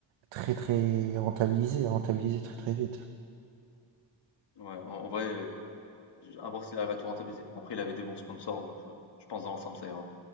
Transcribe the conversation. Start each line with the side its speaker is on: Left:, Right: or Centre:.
Right: très très rentabilisé, rentabilisé très très vite.
Left: Ouais, en en vrai, à voir s'il arrive à tout rentabiliser. Après, il avait des bons sponsors, donc, heu, je pense dans l'ensemble, ça ira.